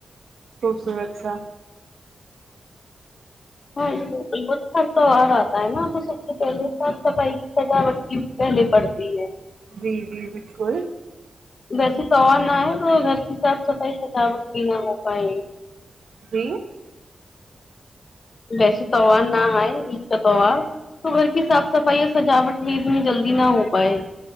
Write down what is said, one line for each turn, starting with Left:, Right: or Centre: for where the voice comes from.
Right: خوبصورت سا
Left: ہاں جی بالکل تو ہر تہوار آتا ہے نا تو سب سے پہلے صاف صفائی کی سجاوٹ کی پہلے پڑتی ہے
Right: جی جی بالکل
Left: ویسے تو <unintelligible> ہے تو گھر کی صاف صفائی سجاوٹ بھی نہ ہو پائے
Right: جی
Left: ویسے توار نہ آئے عید کا توار تو گھر کی صاف صفائی اور سجاوٹ بھی اتنی جلدی نہ ہو پائے